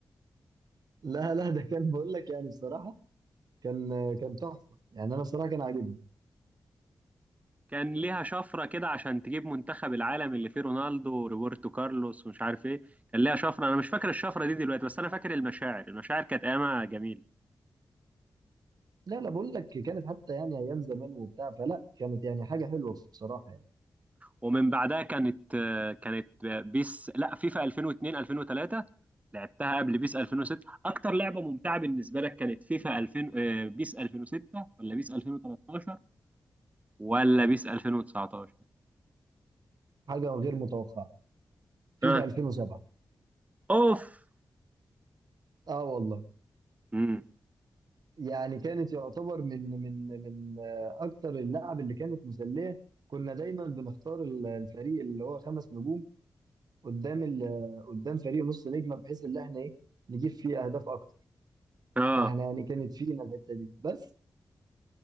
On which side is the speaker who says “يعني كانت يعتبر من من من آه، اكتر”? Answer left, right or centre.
Right